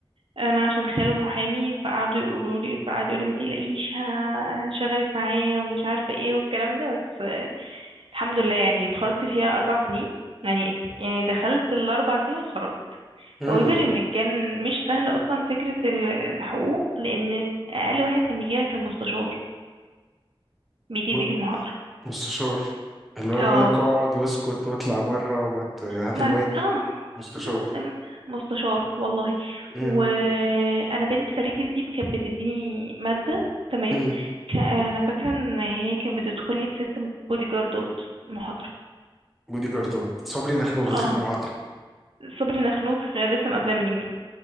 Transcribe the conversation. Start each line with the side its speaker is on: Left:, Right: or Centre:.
Right: أنا عشان خاله محامي فقعدوا يقولوا لي فقعد يقول لي ما تقلقيش ه- هشغلك معايا ومش عارفة ايه والكلام ده بس الحمد لله يعني اتخرجت فيها أربع سنين يعني يعني دخلت الأربع سنين واتخرجت
Centre: امم
Right: however إن كان مش سهل أصلا فكرة ال- الحقوق لأن أقل واحد كان بيجيلك المستشار بيجي يديك
Centre: م-
Right: المحاضرة
Centre: مستشار اللي هو يقول
Right: اه
Centre: لك اقعد واسكت واطلع بره وما ت- هات
Right: ما
Centre: الواجب
Right: في اه
Centre: مستشار
Right: ب- م- مستشار والله
Centre: امم
Right: وأنا بنت فريد الديب كانت بتديني مادة تمام
Centre: امم
Right: ك- أنا فاكرة إن هي كانت بتدخل لي بست بودي جاردات محاضرة
Centre: بودي جاردات صبري نخنوخ الخير
Right: اه
Centre: محاضره
Right: صبري نخنوخ لسه مقابلاه من يومين